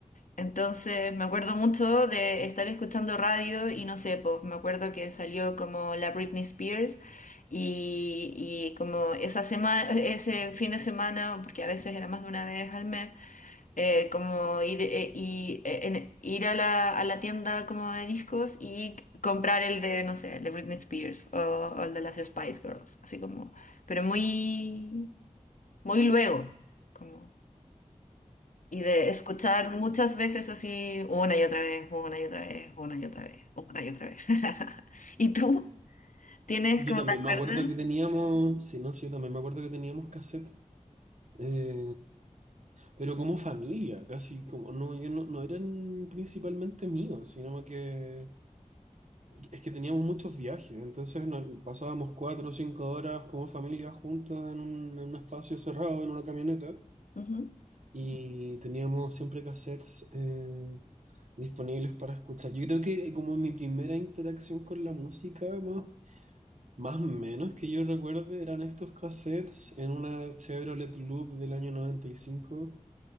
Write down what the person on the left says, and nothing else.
Entonces me acuerdo mucho de estar escuchando radio y no sé, pues me acuerdo que salió como la Britney Spears y, y como esa semana, ese fin de semana, porque a veces era más de una vez al mes, eh, como ir, eh, y, eh, en- ir a la, a la tienda como de discos y comprar el de, no sé, el de Britney Spears o, o el de las Spice Girls, así como, pero muy, muy luego, como, y de escuchar muchas veces así, una y otra vez, una y otra vez, una y otra vez, una y otra vez. <laughs> ¿Y tú? ¿Tienes
como
te acuerdas?
Ujú,